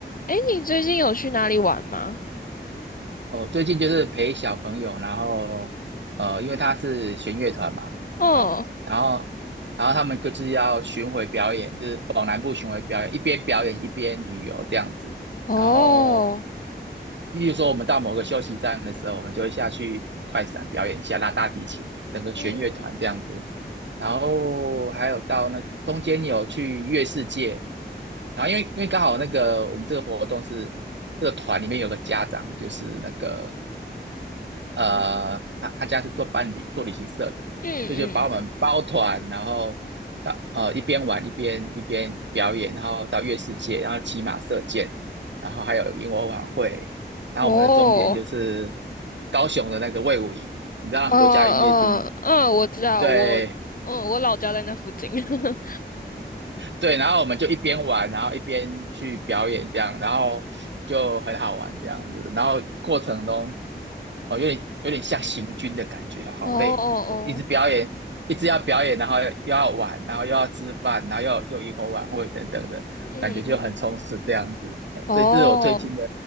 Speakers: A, on the left; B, on the right.
A: 诶，你最近有去哪里玩吗？
B: 哦，最近就是陪小朋友，然后呃，因为他是弦乐团嘛，
A: 哦，
B: 哦，然后然后他们各自要巡回表演，就是往南部巡回表演，一边表演一边旅游这样子。
A: 哦，
B: 然后，例如说我们到某个休息站的时候，我们就会下去快闪表演一下，拉大提琴，整个弦乐团这样子。
A: 嗯嗯
B: 然后还有到那个中间有去月世界，然后因为因为刚好那个我们这个活动是这个团里面有个家长，就是那个呃，他他家是做办理做旅行社的，
A: 嗯，
B: 所以就把我们包团，
A: 嗯
B: 然后到呃一边玩一边一边表演，然后到月世界，然后骑马射箭，然后还有萤火晚会，然后我们的终点就是
A: 哦，
B: 高雄的那个卫武营，你知道国家营业厅，
A: 哦哦，嗯，我知道，
B: 对。
A: 我，嗯，我老家在那附近。<laughs>
B: 对，然后我们就一边玩，然后一边去表演这样，然后就很好玩这样子。然后过程中，哦，有点有点像行军的感觉，好累，
A: 哦哦哦，
B: 一一直表演，一直要表演，然后又要玩，然后又要吃饭，然后又又萤火晚会等等的感觉就很充实这样子。
A: 嗯嗯，
B: 嘿，
A: 哦
B: 所以这是我最近的